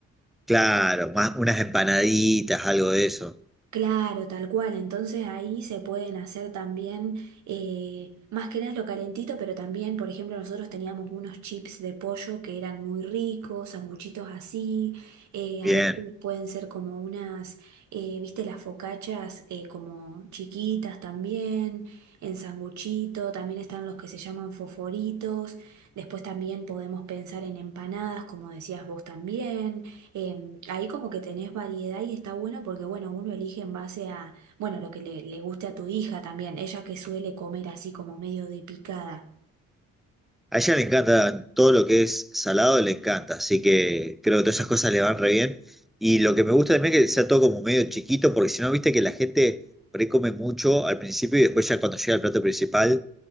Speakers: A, in the centre; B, on the right.
A: Claro, más unas empanaditas, algo de eso.
B: Claro, tal cual. Entonces ahí se pueden hacer también, eh, más que nada es lo calentito, pero también, por ejemplo, nosotros teníamos unos chips de pollo que eran muy ricos, sanguchitos así, eh, a
A: Bien.
B: veces pueden ser como unas, eh, viste, las focachas eh, como chiquitas también, en sanguchito, también están los que se llaman foforitos, después también podemos pensar en empanadas, como decías vos también. Em, ahí como que tenés variedad y está bueno porque, bueno, uno elige en base a, bueno, lo que le, le guste a tu hija también, ella que suele comer así como medio de picada,
A: A ella le encanta todo lo que es salado, le encanta, así que creo que todas esas cosas le van re bien. Y lo que me gusta también es que sea todo como medio chiquito, porque si no, viste que la gente por ahí come mucho al principio y después ya cuando llega al plato principal